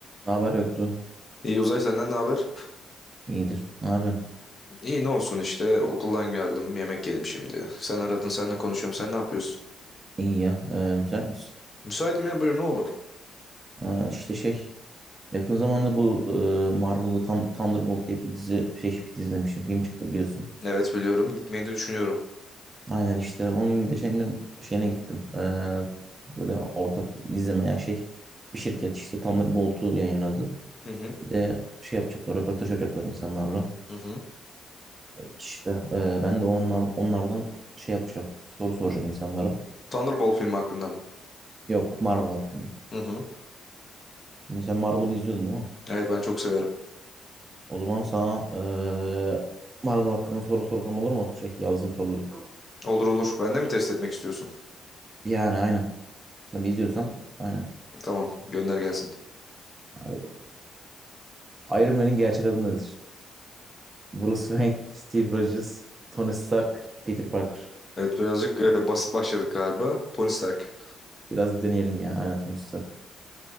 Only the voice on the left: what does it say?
İyi Uzay senden ne haber?
İyi ne olsun işte okuldan geldim yemek yedim şimdi. Sen aradın senle konuşuyorum sen ne yapıyorsun?
Müsaitim ya buyur ne oldu?
Evet biliyorum gitmeyi de düşünüyorum.
Hı hı
hı hı.
Thunderbolt filmi hakkında mı?
Hı hı.
Evet ben çok severim.
Olur olur ben de mi test etmek istiyorsun?
Tamam gönder gelsin.
<clears throat>
Evet birazcık e, basit başladık galiba. Tony Stark.